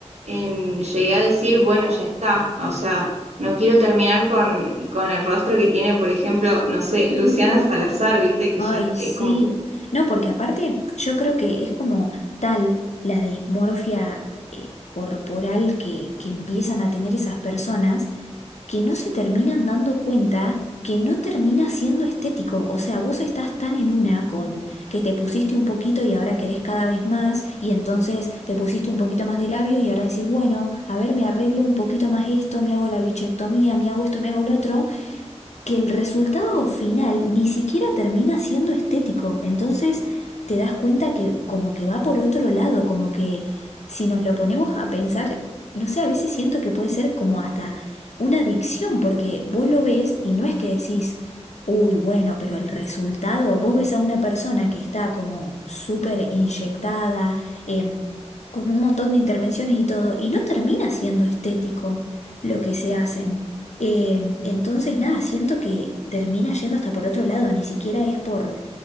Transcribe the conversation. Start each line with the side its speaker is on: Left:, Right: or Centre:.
Right: en- llegué a decir, bueno, ya está, o sea, no quiero terminar con, con el rostro que tiene, por ejemplo, no sé, Luciana Salazar, viste, que
Left: Ay,
Right: ya
Left: sí.
Right: es como que
Left: No, porque aparte yo creo que es como tal la dismorfia eh, corporal que, que empiezan a tener esas personas que no se terminan dando cuenta que no termina siendo estético. O sea, vos estás tan en una con que te pusiste un poquito y ahora querés cada vez más, y entonces te pusiste un poquito más de labios y ahora decís, bueno, a ver, me arreglo un poquito más esto, me hago la bichectomía, me hago esto, me hago lo otro, que el resultado final ni siquiera termina siendo estético. Entonces te das cuenta que como que va por otro lado, como que si nos lo ponemos a pensar, no sé, a veces siento que puede ser como hasta una adicción, porque vos lo ves y no es que decís, uy, bueno, pero el resultado, vos ves a una persona que está como súper inyectada, em, con un montón de intervenciones y todo, y no termina siendo estético lo que se hacen. Eh, entonces, nada, siento que termina yendo hasta por otro lado, ni siquiera es por...